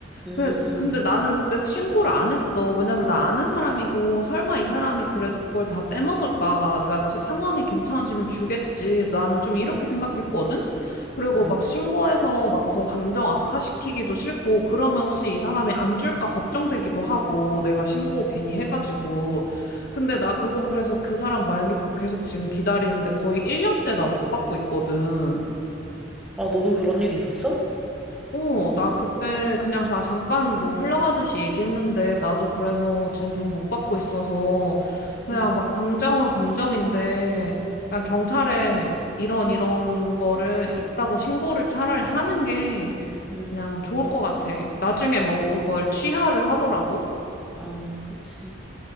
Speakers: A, in the centre; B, on the left.
A: 음,
B: 근데, 근데 나는 그때 신고를 안 했어. 왜냐면 나 아는 사람이고, 설마 이 사람이
A: 음.
B: 그래도 그걸 다 빼먹을까? 그러니까 두- 상황이 괜찮아지면 주겠지. 나는 좀
A: 어,
B: 이렇게 생각했거든? 그리고
A: 어.
B: 막 신고해서 막 더 감정 악화시키기도 싫고, 그러면 혹시 이 사람이 안 줄까 걱정되기도 하고, 내가 신고
A: 음.
B: 괜히 해가지고. 근데 나 그거 그래서 그 사람 말 믿고 계속 지금 기다리는데 거의 1년째 나 못 받고 있거든.
A: 아 너도 그런 일 있었어?
B: 어, 나 그때 그냥 다 잠깐 뭐 흘러가듯이 얘기했는데, 나도 그래서 지금 돈 못 받고 있어서, 그냥
A: 응,
B: 막 감정은 감정인데, 그냥 경찰에 이런 이런 거를 있다고 신고를 차라리 하는 게
A: 음,
B: 그냥 좋을 것 같아. 나중에 뭐 그걸 취하를 하더라도.
A: 아 그치.